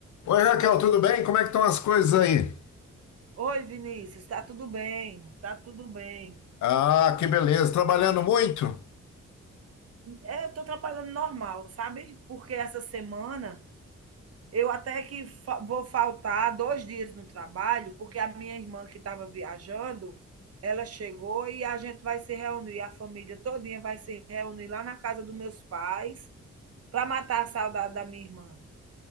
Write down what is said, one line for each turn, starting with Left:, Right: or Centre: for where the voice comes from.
Left: Oi, Raquel, tudo bem? Como é que estão as coisas aí?
Right: Oi, Vinícius, tá tudo bem? Tá tudo bem.
Left: Ah, que beleza, trabalhando muito?
Right: É, eu tô trabalhando normal, sabe? Porque essa semana eu até que fa- vou faltar dois dias no trabalho, porque a minha irmã que estava viajando, ela chegou e a gente vai se reunir, a família todinha vai se reunir lá na casa dos meus pais para matar a saudade da minha irmã.